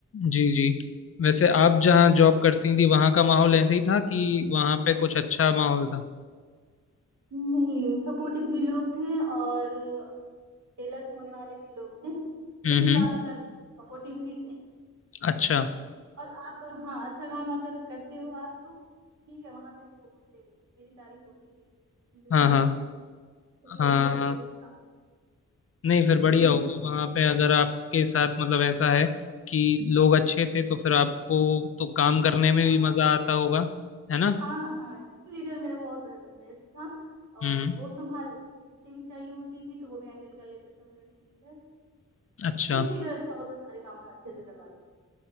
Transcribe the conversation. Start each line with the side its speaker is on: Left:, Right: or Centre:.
Left: जी जी वैसे आप
Right: है
Left: जहाँ जॉब करती थी वहाँ का माहौल ऐसे ही था कि वहाँ पे कुछ अच्छा माहौल था
Right: नहीं सपोर्टिव भी लोग थे और जेलस होने वाले भी लोग थे
Left: हम्म
Right: लेकिन
Left: हम्म
Right: ज्यादातर सपोर्टिव ही थे
Left: अच्छा
Right: और आप हाँ अच्छा काम अगर करते हो आप तो ठीक है वहां पे तो मुझे मेरी तारीफ होती थी अप्रिसिएशन भी मिलता
Left: हाँ हाँ
Right: था मुझे खुशी होती
Left: हाँ
Right: थी अच्छे से मैं काम
Left: नहीं फिर बढ़िया
Right: लेकिन
Left: होगा
Right: कुछ मिलते
Left: वहाँ
Right: नहीं
Left: पे अगर आपके
Right: तो
Left: साथ मतलब ऐसा है कि लोग अच्छे थे तो फिर आपको तो काम करने में
Right: हाँ
Left: भी मजा आता होगा है ना
Right: हाँ हाँ टीम लीडर मेरा बहुत बेस्ट था और
Left: हम्म
Right: वो संभाल लेते थे। छुट्टी भी चाहिए होती थी तो वो भी हैंडल कर लेते थे मेरा टीम लीडर
Left: अच्छा
Right: टीम लीडर अच्छा हो तो सारे काम अच्छे से करवा लेते